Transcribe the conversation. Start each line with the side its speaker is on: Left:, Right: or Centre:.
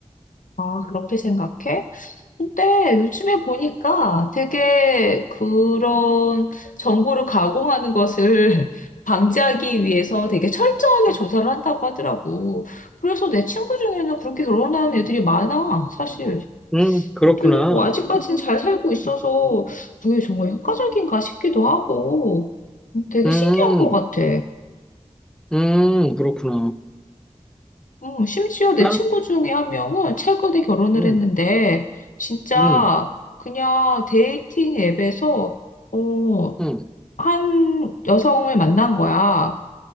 Left: 아, 그렇게 생각해? 근데 요즘에 보니까 되게 그런 정보를 가공하는 것을 <laughs> 방지하기 위해서 되게 철저하게 조사를 한다고 하더라고. 그래서 내 친구 중에는 그렇게 결혼하는 애들이 많아, 사실.
Centre: 음, 그렇구나.
Left: 근데 뭐 아직까지는 잘 살고 있어서 그게 정말 효과적인가 싶기도 하고 되게
Centre: 음,
Left: 신기한 것 같아.
Centre: 음, 그렇구나.
Left: 어, 심지어 내
Centre: 나는,
Left: 친구 중에 한 명은 최근에 결혼을
Centre: 음,
Left: 했는데, 진짜
Centre: 음,
Left: 그냥 데이팅 앱에서, 어,
Centre: 음,
Left: 한 여성을 만난 거야.